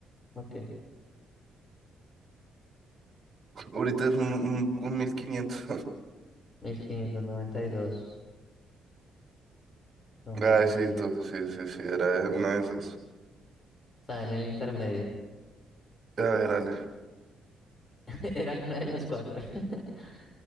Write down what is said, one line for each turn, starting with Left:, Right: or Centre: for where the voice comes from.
Left: Ok.
Right: Ahorita es un, un, un 1500.
Left: 1592. No, mira,
Right: Ay, sí,
Left: sí.
Right: tú, sí, sí, sí, era una de esas.
Left: Está en el intermedio.
Right: A ver, Ale.
Left: <laughs> Era alguna de las cuatro. <laughs>